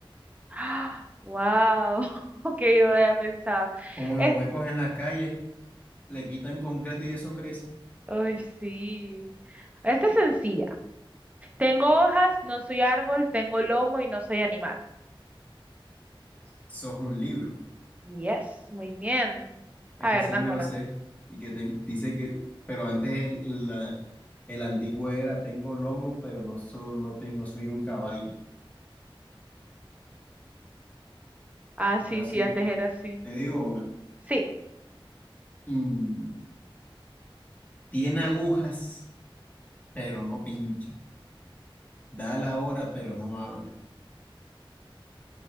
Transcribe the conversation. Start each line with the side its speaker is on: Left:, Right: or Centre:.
Right: ¡Ah! ¡Wow! <laughs> Ok, no lo había pensado.
Left: como
Right: Es-
Left: los huecos en las calles, le quitan concreto y eso crece.
Right: Ay, sí. Esta es sencilla. Tengo hojas, no soy árbol, tengo lomo y no soy animal.
Left: Sos un libro.
Right: Yes, muy bien.
Left: Ese
Right: A ver,
Left: sí
Right: dame
Left: me lo
Right: una.
Left: sé. Y que te- dice que, pero antes el, la- el antiguo era, tengo lomo, pero no soy, no, te- no soy un caballo.
Right: Ah,
Left: Ahora
Right: sí, sí,
Left: sí,
Right: antes era así.
Left: te digo una.
Right: Sí,
Left: Mm, tiene agujas, pero no pincha. Da la hora, pero no habla.